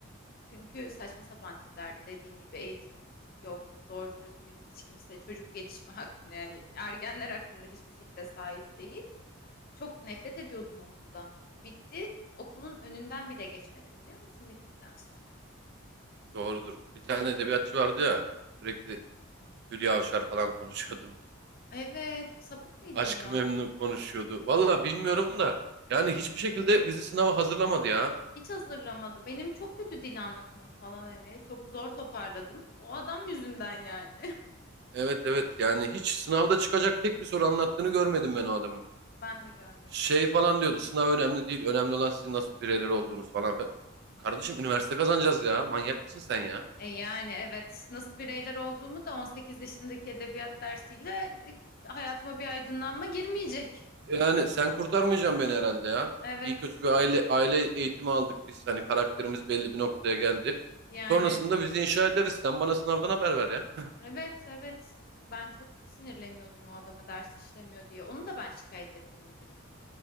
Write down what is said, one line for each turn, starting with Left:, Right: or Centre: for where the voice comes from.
Left: Çünkü saçma sapan tiplerdi dediğin gibi eğitim yok, doğru düzgün hiç kimse çocuk gelişimi hakkında yani ergenler hakkında hiçbir fikre sahip değil. Çok nefret ediyordum okuldan. Bitti, okulun önünden bile geçmedim biliyor musun bittikten sonra?
Right: Doğrudur. Bir tane edebiyatçı vardı ya sürekli Hülya Avşar falan <laughs> konuşuyordu
Left: Evet, sapık mıydı
Right: Aşk-ı
Left: o ya?
Right: Memnu konuşuyordu. Valla bilmiyorum da yani hiçbir şekilde bizi sınava hazırlamadı ya.
Left: Hiç hazırlamadı. Benim çok kötü dil anlatımım falan hani. Çok zor toparladım. O adam yüzünden yani. <laughs>
Right: Evet evet yani hiç sınavda çıkacak tek bir soru anlattığını görmedim ben o adamın.
Left: Ben de görmedim.
Right: Şey falan diyordu sınav önemli değil önemli olan sizin nasıl bireyler olduğunuz falan filan. Kardeşim üniversite kazanacağız ya manyak mısın sen ya?
Left: E yani evet. Nasıl bireyler olduğumu da 18 yaşındaki edebiyat dersiyle e, hayatıma bir aydınlanma girmeyecek.
Right: Yani sen kurtarmayacaksın beni herhalde ya.
Left: Evet.
Right: İyi kötü bir aile aile eğitimi aldık biz hani karakterimiz belli bir noktaya geldi.
Left: Yani.
Right: Sonrasında bizi inşa ederiz sen bana sınavdan haber ver ya. <laughs>
Left: Evet, evet. Ben çok sinirleniyordum o adama ders işlemiyor diye. Onu da ben şikayet ettim müdüre.